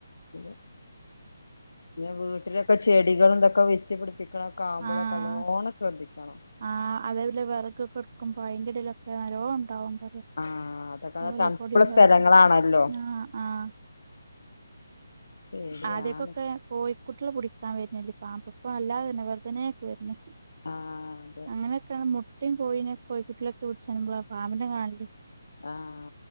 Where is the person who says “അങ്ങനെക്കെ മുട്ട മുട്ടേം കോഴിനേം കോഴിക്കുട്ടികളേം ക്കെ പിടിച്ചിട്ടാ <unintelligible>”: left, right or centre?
Right